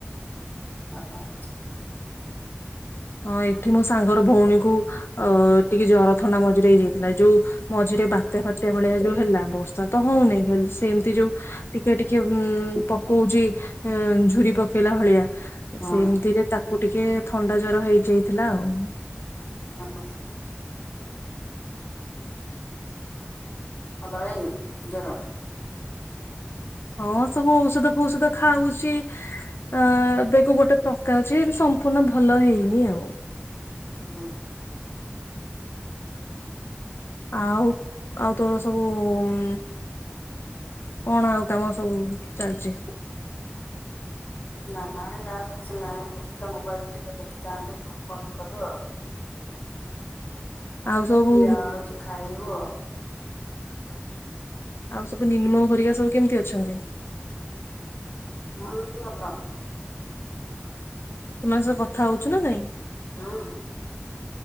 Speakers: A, on the left (about 50°); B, on the left (about 70°).
A: ଭଲ ଅ
B: ହଁ ଏଠି ମୋ ସାଙ୍ଗର ଭଉଣୀ କୁ ଅ ଟିକେ ଜର ଥଣ୍ଡା ମଜିରେ ହେଇ ଯାଇଥିଲା। ଯୋଉ ମଝିରେ ବାତ୍ୟା ଫାତ୍ୟା ଭଳିଆ ଯୋଉ ହେଲା ବର୍ଷା ତ ହଉନି, ହେ ଏମିତି ଯୋଉ ଟିକେ ଟିକେ ହୁଁ ପକଉଛି ଝୁୁରି ପକେଇଲା ଭଳିଆ।
A: ହଁ
B: ସେମିତିରେ ତାକୁ ଟିକେ ଥଣ୍ଡା ଜର ହେଇଯାଇଥିଲା ଆଉ।
A: <inaudible> ଭଲ ହେଇନି, ଜର।
B: ହଁ ସବୁ ଔଷଧ ଫୌଷଧ ଖାଉଚି ଅ ଏବେକୁ ଗୋଟେ ପ୍ରକାର ଅଛି ସମ୍ପୂର୍ଣ୍ଣ ଭଲ ହେଇନି ଆଉ।
A: ହଁ।
B: ଆଉ, ଆଉ ତୋର ସବୁ ଉଁ କଣ ଆଉ କାମ ସବୁ ଚାଲିଛି?
A: ନାଇଁ ଆଉ କିଛି ନାହିଁ ଏଇତ ମୋବାଇଲ ଟିକେ ଦେଖିଥାନ୍ତି ତୁ ଫୋନ୍ କଲୁ ଆଉ।
B: ଆଉ ସବୁ
A: ଯାଉଚୁ ଖାଇବୁ ଆଉ।
B: ଆଉ ସବୁ ନିନମ୍ ଘରିକା ସବୁ କେମିତି ଅଛନ୍ତି?
A: ବହୁତ୍ ଭଲ। <inaudible>
B: ସେମାନଙ୍କ ସହ କଥା ହଉଚୁ ନା ନାଇଁ?
A: ହୁଁ।